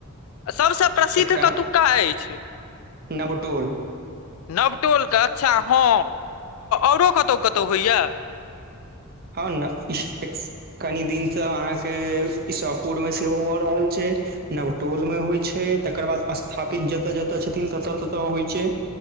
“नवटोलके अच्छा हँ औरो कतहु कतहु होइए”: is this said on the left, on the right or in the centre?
Left